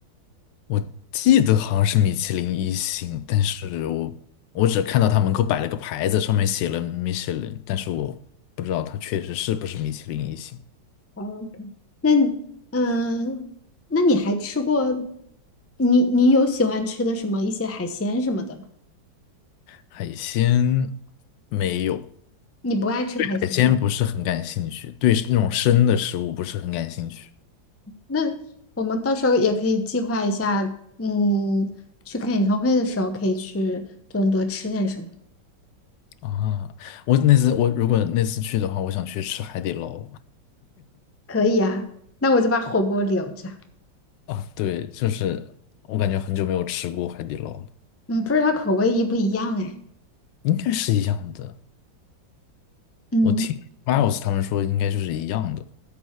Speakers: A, on the left (about 75°); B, on the left (about 15°).
A: 我记得好像是米其林一星，但是我我只看到他门口摆了个牌子，上面写了米其林，但是我不知道它确实是不是米其林一星。
B: 哦，那你嗯，那你还吃过？你你有喜欢吃的什么一些海鲜什么的吗？
A: 海鲜没有，
B: 你不爱吃海鲜？
A: 海鲜不是很感兴趣，对那种生的食物不是很感兴趣
B: 那我们到时候也可以计划一下，嗯，去看演唱会的时候可以去多伦多吃点什么。
A: 啊。我那次我如果那次去的话，我想去吃海底捞
B: 可以啊，那我就把火锅留着。
A: 啊。对，就是我感觉很久没有吃过海底捞了，
B: 嗯，不知道口味一不一样哎。
A: 应该是一样的。
B: 嗯，
A: 我听 Miles 他们说应该就是一样的。